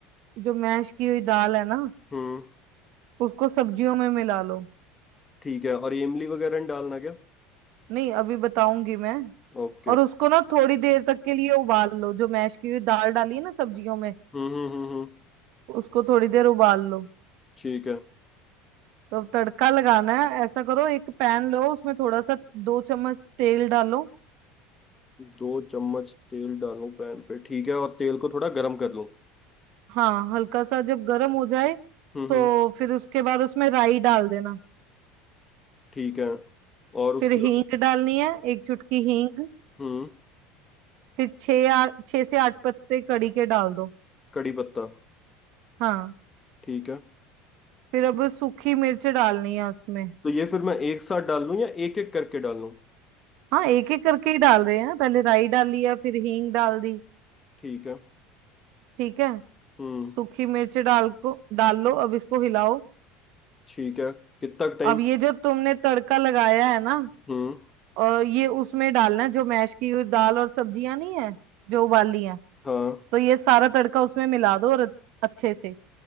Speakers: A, on the right; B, on the left.
A: जो मैश की हुई दाल है ना
B: हम्म
A: उसको सब्जियों में मिला लो
B: ठीक है और ये इमली वगैरह नहीं डालना क्या
A: नहीं अभी बताऊंगी मैं
B: ओके
A: और उसको ना थोड़ी देर तक के लिए उबाल लो जो मैश की हुई दाल डाली है ना सब्जियों में
B: हम्म हम्म हम्म हम्म,
A: उसको थोड़ी देर उबाल लो
B: ठीक है
A: तो अब तड़का लगाना है ऐसा करो एक पैन लो उसमें थोड़ा सा दो चम्मच तेल डालो
B: दो चम्मच तेल डालूं पैन पे ठीक है और तेल को थोड़ा गर्म कर लूं
A: हाँ हल्का सा जब गर्म हो जाए
B: हम्म
A: तो
B: हम्म।
A: फिर उसके बाद उसमें राई डाल देना
B: ठीक है और उसके
A: फिर हींग
B: बाद
A: डालनी है एक चुटकी हींग
B: हम्म
A: फिर छः आ- छः से आठ पत्ते कड़ी के डाल दो
B: कड़ी पत्ता
A: हाँ
B: ठीक है
A: फिर अब सूखी मिर्च डालनी है उसमें
B: तो ये फिर मैं एक साथ डाल लूं या एक एक करके डाल लूं
A: हाँ एक एक करके ही डाल रहे हैं पहले राई डाली है फिर हींग डाल दी
B: ठीक है
A: ठीक है
B: हम्म
A: सूखी मिर्च डाल को डाल लो अब इसको हिलाओ
B: ठीक है कितना टाइम
A: अब ये जो तुमने तड़का लगाया है ना
B: हम्म
A: और ये उसमें डालना है जो मैश की हुई दाल और सब्जियां नहीं है जो उबाली हैं
B: हाँ
A: तो ये सारा तड़का उसमें मिला दो और अच्छे से